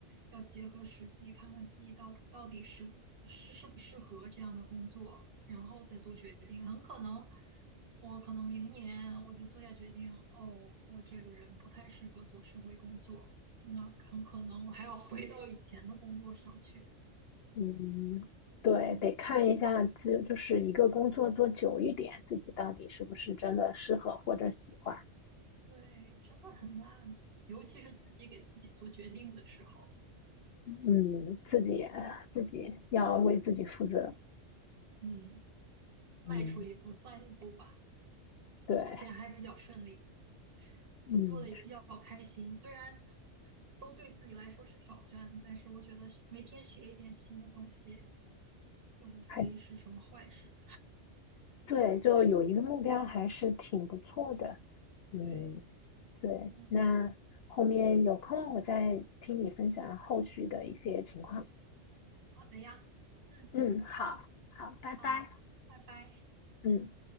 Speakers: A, on the right; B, on the left.
A: 要结合实际，看看自己到到底适不适适不适合这样的工作，然后再做决定。很可能，我可能明年我就做下决定，哦，我这个人不太适合做社会工作，那很可能我还要回到以前的工作上去。
B: 嗯，对，
A: 嗯，
B: 得看一下，就就是一个工作做久一点，自己到底是不是真的适合或者喜欢。
A: 对，真的很难，尤其是自己给自己做决定的时候，
B: 嗯，自己自己要为自己负责。
A: 嗯，迈出一步算一步吧。
B: 嗯，对，
A: 目前还比较顺利。
B: 嗯，
A: 我做的也比较开心，虽然都对自己来说是挑战，但是我觉得每天学一点新的东西，又无非是什么坏事。
B: 还对，就有一个目标还是挺不错的。嗯，
A: 对，
B: 对，
A: 嗯，
B: 那后面有空我再听你分享后续的一些情况。
A: 好的呀，嗯，
B: 嗯，好，好，拜拜。
A: 好，拜拜。
B: 嗯。